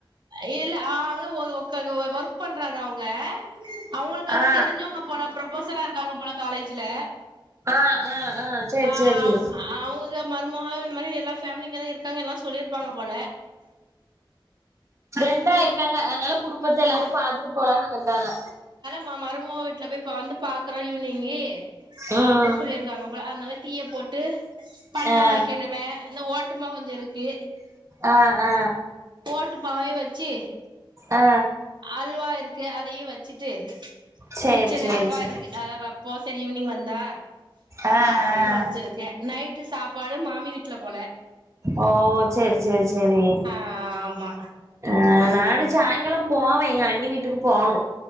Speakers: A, on the right; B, on the right.
A: இல்ல அங்க ஒ ஒக ஒக்க ஓ ஒர்க் பண்றாங்க அவங்க அவங்களுக்கு அங்க
B: ஆ
A: தெரிஞ்சவங்க போல புரொஃபொசரா இருக்காவ்ங்க போல காலேஜ்ல
B: ஆ ஆ ஆ சேரி
A: பாவ்
B: சேரி
A: அவங்கக் மருமக இந்த மாரி எல்லா ஃபேமிலி இங்கதா இருக்காங்க எல்லா சொல்லிருப்பாங்க போல
B: ஃப்ரெண்டா இருக்காங்க அதனால குடும்பத்த எல்லாரையு பாத்துட்டு போலானு வந்துருக்காங்க
A: கா மருமக வீட்ல போய் இப்ப வந்து பாக்குறோ ஈவ்னிங்கு
B: ம்
A: அப்டின் சொல்லிருக்காங்க போல அதனால டீய போட்டு பண்டோ
B: ஆ
A: வைக்கணும அந்த ஓட்டுமா கொஞ்சொ இருக்கு
B: ஆ ஆ
A: ஓட்டுமாவையு வச்சு
B: ஆ
A: அல்வா இருக்கு அதையு வச்சு சு
B: சேரி
A: மிச்சர்
B: சேரி
A: அல்வா
B: சேரி
A: இருக்கு அத வப்போ சரி ஈவினிங் வந்தா
B: ஆ
A: அப்டின்னு
B: ஆ
A: வச்சிருக்கே நைட்டு சாப்பாடு மாமி வீட்ல போல
B: ஓ செர் செர் செரி
A: ஆ ஆமா
B: ஆ நானு சாயங்காலம் போவே எங்க அண்ணி வீட்டுக்கு போணு